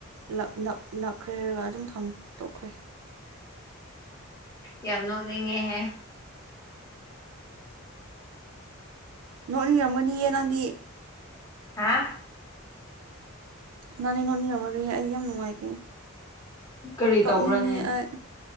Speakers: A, on the right (about 80°); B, on the left (about 15°).
A: ꯂ <unintelligible> ꯅꯛꯈ꯭ꯔꯦ ꯍꯥꯏꯔꯒ ꯑꯗꯨꯝ ꯊꯝꯗꯣꯛꯈ꯭ꯔꯦ
B: ꯌꯥꯝ ꯅꯣꯛꯅꯤꯡꯉꯦꯍꯦ
A: ꯅꯣꯛ ꯅꯤꯡꯔꯝꯒꯅꯤꯌꯦ ꯅꯪꯗꯤ
B: ꯍꯥꯥ
A: ꯅꯪꯗꯤ ꯅꯣꯠꯅꯤꯡꯔꯝꯒꯌꯦ ꯑꯩ ꯌꯥꯝ ꯅꯨꯡꯉꯥꯏꯇꯦ
B: ꯀꯔꯤ
A: ꯀꯞꯅꯤꯡꯉꯦ
B: ꯇꯧꯕ꯭ꯔꯅꯦ
A: ꯑꯩ